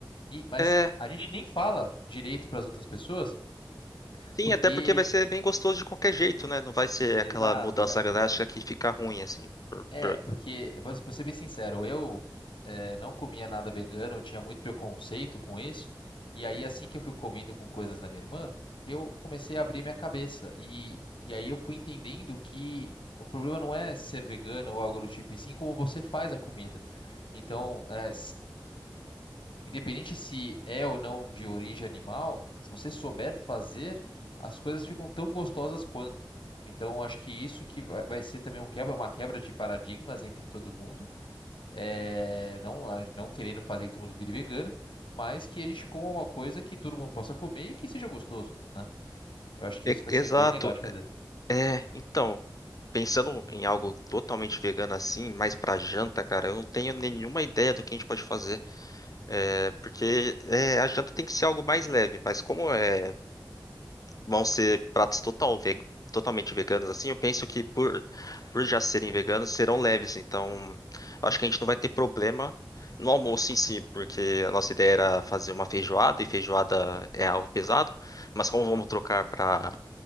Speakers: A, on the left (about 90°); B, on the left (about 45°).
A: E, mas
B: É,
A: a gente nem fala direito para as outras pessoas,
B: sim,
A: porque
B: até porque vai ser bem gostoso de qualquer jeito, né? Não vai ser aquela
A: Exato.
B: mudança
A: É,
B: drástica que fica ruim, assim. por-
A: é,
B: por-
A: porque vou vou ser bem sincero, eu é, não comia nada vegano, eu tinha muito preconceito com isso. E aí assim que eu fui comendo com coisas da minha irmã, eu comecei a abrir minha cabeça e e aí eu fui entendendo que o problema não é ser vegano ou algo do tipo, e sim como você faz a comida. Então, é, Independente se é ou não de origem animal, se você souber fazer, as coisas ficam tão gostosas quanto. Então, eu acho que isso que vai vai ser também um quebra, uma quebra de paradigmas entre todo mundo, é, não, a- não querendo fazer que todo mundo vire vegano, mas que a gente coma uma coisa que todo mundo possa comer e que seja gostoso, né? Eu acho que
B: E-
A: isso vai
B: Exato.
A: ser bem legal de fazer.
B: É, então, pensando em algo totalmente vegano assim, mais pra janta, cara, eu não tenho nenhuma ideia do que a gente pode fazer. É, porque é, a janta tem que ser algo mais leve, mas como é, vão ser pratos total ve- totalmente veganos assim, eu penso que por, por já serem veganos, serão leves. Então, acho que a gente não vai ter problema no almoço em si, porque a nossa ideia era fazer uma feijoada, e feijoada é algo pesado, mas como vamos trocar para